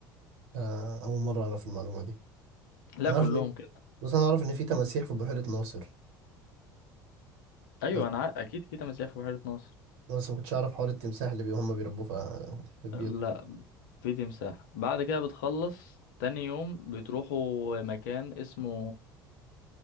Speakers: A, on the right; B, on the left.
A: آه اول مرة اعرف المعلومة دي
B: لا
A: انا
B: كلهم
A: اعرف إن-
B: كده
A: بس انا اعرف ان في تماسيح في بحيرة ناصر
B: أيوه
A: بس
B: أنا ع- أكيد في تماسيح في بحيرة ناصر
A: بس ما كنتش اعرف حوار التمساح اللي بي- هم بيربوه في في بيوتهم
B: لا
A: ده
B: في تمساح بعد كده بتخلص تاني يوم بتروحوا مكان اسمه